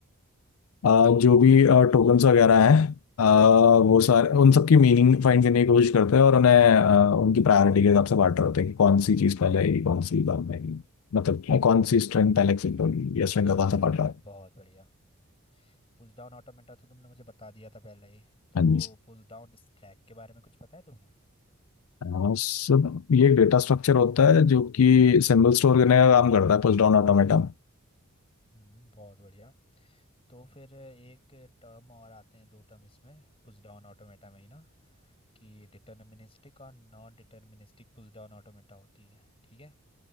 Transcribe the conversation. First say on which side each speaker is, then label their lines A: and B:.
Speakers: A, on the left (about 75°); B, on the left (about 25°).
A: आ, जो भी टोकन्स वगैरह हैं आ, वो सारे उन सबकी मीनिंग फाइंड करने की कोशिश करते हैं और उन्हें आ, उनकी प्रायोरिटी के हिसाब से बांट रहे होते हैं कि कौन सी चीज़ पहले आएगी कौन सी बाद में आएगी मतलब कौन सी स्ट्रिंग पहले एक्सिट होगी या स्ट्रिंग
B: चलो
A: का कौन सा
B: बढ़िया
A: पार्ट रहा है
B: बहुत बढ़िया पुश डाउन ऑटोमेटा तो तुमने मुझे बता दिया था पहले ही तो
A: हाँ जी सर
B: पुश डाउन स्टैक के बारे में कुछ पता है तुम्हें
A: आ, सर ये एक डेटा स्ट्रक्चर होता है जो कि सिंबल स्टोर करने का काम करता है पुश डाउन ऑटोमेटा
B: हम्म बहुत बढ़िया तो फिर एक टर्म और आते हैं दो टर्म इसमें पुश डाउन ऑटोमेटा में ही ना कि डिटर्मिनिस्टिक और non deterministic push down automata होती है ठीक है